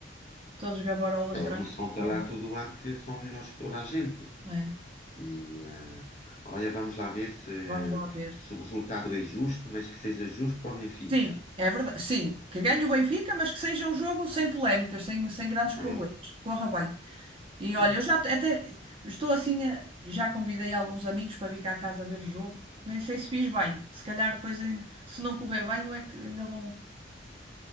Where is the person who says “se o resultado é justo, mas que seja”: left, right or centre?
Left